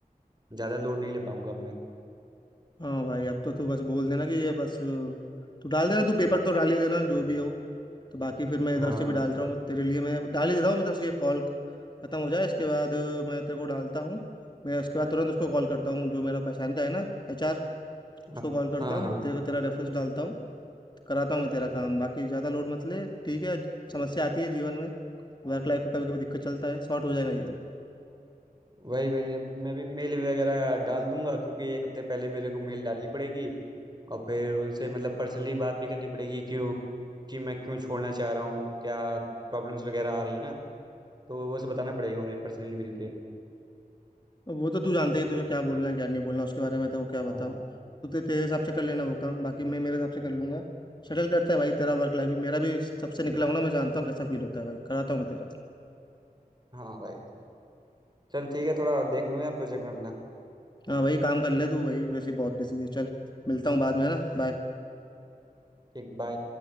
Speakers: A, on the right; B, on the left.
A: ज़्यादा लोड नहीं ले पाऊंगा अब मैं
B: हाँ भाई अब तो तू बस बोल देना कि ये बस अ, तू डाल देना तू पेपर तो डाल ही देना जो भी हो तो बाकी फिर मैं
A: हाँ
B: इधर से भी डालता हूँ तेरे लिए मैं डाल ही देता हूँ मेरे से ये कॉल खत्म हो जाए इसके बाद अ, मैं तेरे को डालता हूँ मैं उसके बाद तुरंत उसको कॉल करता हूँ जो मेरा पहचान का है ना एचआर उसको
A: हाँ
B: कॉल करता
A: हाँ
B: हूँ
A: हाँ
B: तेरे को तेरा रेफरेंस डालता हूँ तो कराता हूँ मैं तेरा काम बाकी ज़्यादा लोड मत ले ठीक है समस्या आती है जीवन में वर्क लाइफ का कभी कभी दिक्कत चलता है शॉर्ट हो जाएगा ये भी
A: वही वही अब मैं भी मेल वगैरह डाल दूंगा क्योंकि एक हफ्ते पहले मेरे को मेल डालनी पड़ेगी और फिर उनसे मतलब पर्सनली बात भी करनी पड़ेगी क्यों कि मैं क्यों छोड़ना चाह रहा हूँ क्या प्रॉब्लम्स वगैरह आ रही है ना तो वो सब बताना पड़ेगा उन्हें पर्सनली मिलके
B: अब वो तो तू जानते ही है तुझे क्या बोलना है क्या नहीं बोलना उसके बारे में तो वो क्या बताऊँ
A: हाँ
B: तू ते- तेरे हिसाब से कर लेना वो काम बाकी मैं मेरे हिसाब से कर लूंगा शटल करते हैं भाई तेरा वर्क लाइफ भी मेरा भी सबसे निकला हूं ना मैं जानता हूँ कैसा फील होता है भाई कराता हूँ मैं तेरा
A: हाँ भाई चल ठीक है थोड़ा देख लूँ यार प्रोजेक्ट में अपना
B: हाँ भाई काम कर ले तू भाई वैसे ही बहुत बिजी है चल मिलता हूँ बाद में है ना बाय
A: ठीक बाय